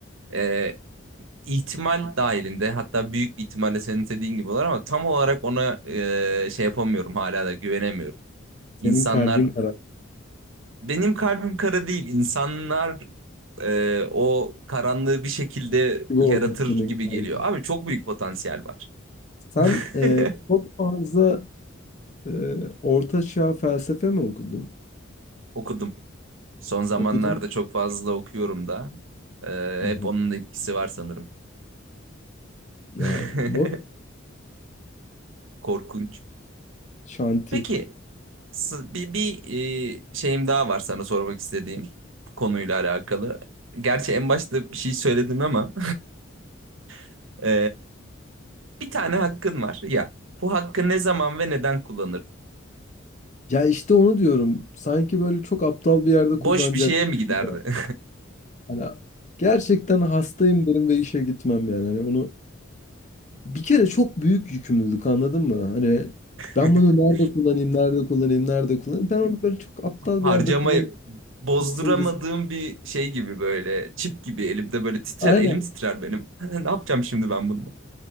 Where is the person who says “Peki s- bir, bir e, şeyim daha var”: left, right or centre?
Right